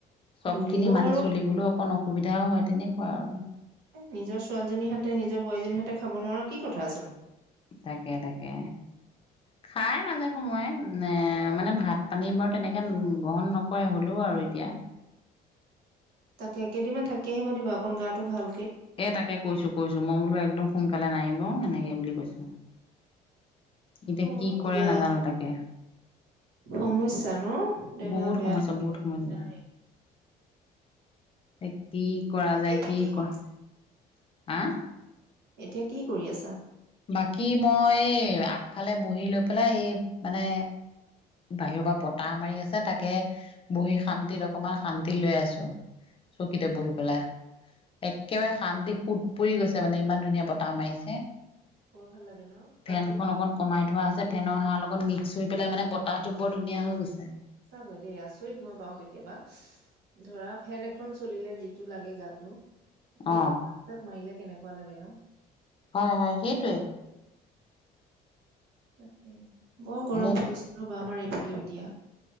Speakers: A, on the left (about 35°); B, on the right (about 75°).
A: চব
B: হ'লেও
A: খিনি মানি
B: আৰু
A: চলিবলৈ অকণ অসুবিধাও হয় তেনেকুৱা আৰু
B: নিজৰ ছোৱালীজনীৰ হাতে নিজৰ বোৱাৰীজনীৰ হাতে খাব নোৱাৰো কি কথা আছেনো
A: তাকে তাকে খাই মাজে সময়ে এ মানে ভাত পানী বাৰু তেনেকে গ্ৰহণ নকৰে হ'লেও আৰু আৰু এতিয়া
B: তাকে একেইদিনমান থাকি আহিব দিব অকণ গাটো ভাল
A: এ তাকে কৈছো কৈছো মই বোলো একদম সোনকালে নাহিব এনেকে বুলি কৈছো এতিয়া
B: হয়
A: কি কৰে
B: দিয়া,
A: নাজানো তাকে
B: সমস্যা ন দেহা
A: বহুত
B: বেয়া
A: সমস্যা
B: থাকিলে
A: বহুত সমস্যা
B: দগদাৰ
A: এ কি কৰা
B: বাকী
A: যায়
B: এতিয়া
A: কি কৰা
B: কৰি
A: আ
B: এতিয়া কি কৰি আছা
A: বাকী মই এই আগফালে বহি লৈ পেলাই এই মানে বাহিৰৰ পৰা বতাহ মাৰি আছে তাকে বহি শান্তিত অকমান শান্তি লৈ আছো চকীতে বহি পেলাই একেবাৰে শান্তি সোত পৰি গৈছে মানে ইমান ধুনীয়া বতাহ মাৰিছে
B: বৰ ভাল লাগে ন প্ৰাকৃতিক
A: ফেনখন অকন কমাই থোৱা
B: যিটো
A: আছে ফেনৰ সাৰ লগত মিক্স ধুই পেলাই মানে বতাহটো বৰ ধুনীয়া হৈ গৈছে
B: সঁচাকৈ দেই আচৰিত মই পাওঁ কেতিয়াবা ধৰা ফেন এখন চলিলে যিটো লাগে গাটো এই
A: অ
B: বতাহ যাক মাৰিলে কেনেকুৱা লাগে ন
A: হয় হয় সেইটোৱে
B: তাকে বৰ গৰম
A: সেই
B: পৰিছে ৰব আমাৰ এইফালে দিয়া